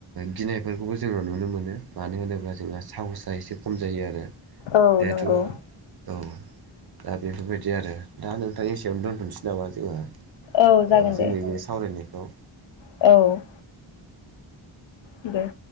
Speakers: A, on the right; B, on the left.
A: गिनायफोरखौबो जोङो नुनो मोनो नों मानो होनोब्ला जोंहा साहसआ एसे खम जायो आरो
B: औ
A: दाथु
B: नंगौ
A: औ दा बेफोरबायदि आरो दा नोंथां एसेयावनो दोनथ'नोसै नामा जोङो?
B: औ जागोन
A: ओ जोंनि
B: दे
A: बे सावरायनायखौ
B: औ दे